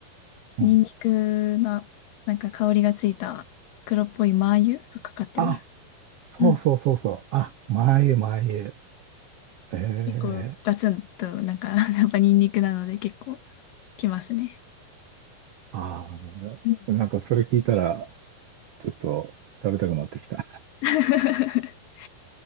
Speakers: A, on the right; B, on the left.
A: うん。
B: ニンニクの、なんか香りがついた黒っぽいマー油がかかってます。
A: あ、そうそうそうそう。
B: うん。
A: あ、前へ前へ。ええ
B: 結構ガツンと、なんか、<laughs> やっぱニンニクなので結構きますね。
A: ああ
B: うん
A: ー、なんかそれ聞いたら、ちょっと食べたくなってきた。
B: <laughs>